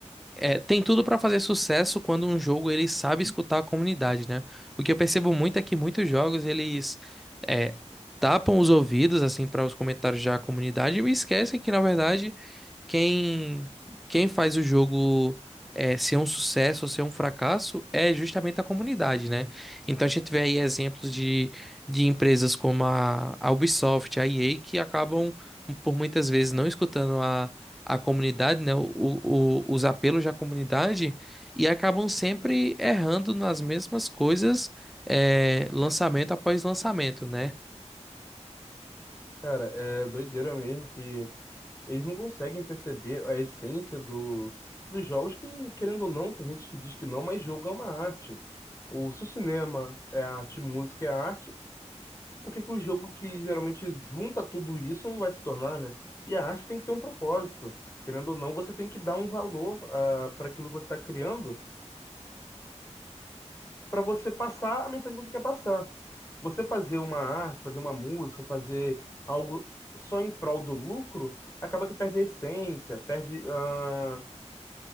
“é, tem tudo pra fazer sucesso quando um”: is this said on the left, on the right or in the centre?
Centre